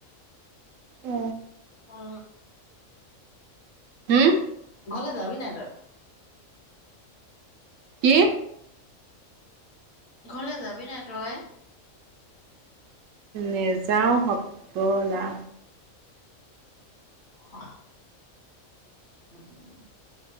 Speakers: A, on the right; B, on the left.
A: অ
B: অ।
A: হুম
B: ঘৰলে যাবি নাই তই?
A: কি?
B: ঘৰলে যাবি নাই তই?
A: নেজাও সবলা।
B: অহ। উম উম।